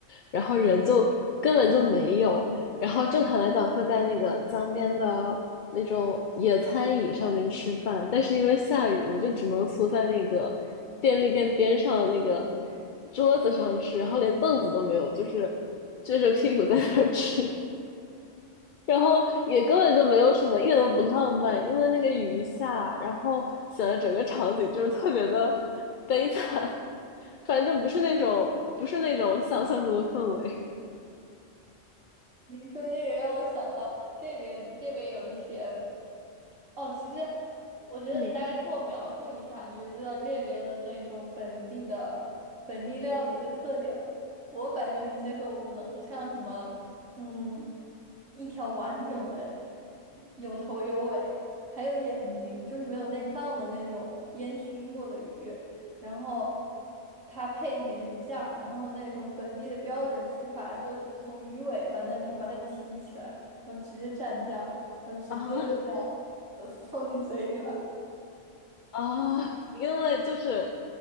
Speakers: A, on the left; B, on the right.
A: 然后人就根本就没有。然后正常来讲会在那个江边的那种野餐椅上面吃饭，但是因为下雨，我们就只能缩在那个便利店边上的那个
B: 嗯
A: 桌子上吃，然后连凳子都没有，就是撅着屁股在那儿吃，然后也根本就没有什么，一点都不浪漫，因为那个雨一下，然后显得整个场景就是特别的悲惨，反正就不是那种不是那种想象中的氛围，
B: 你说这个让我想到这边这边有一些。哦，其实我觉得你大概听我描述一下，
A: 嗯
B: 你就知道这边的那种本地的本地料理的特点了。我反正是接受无能，像什么，嗯，一条完整的，有头有尾，还有眼睛，就是没有内脏的那种烟熏过的鱼，然后它配一点点酱，然后那种本地的标准吃法就是从鱼尾巴那里把它提起来，然后直接蘸酱。然后直接就那样呃送进嘴里了。
A: 啊。<laughs> 啊，因为就是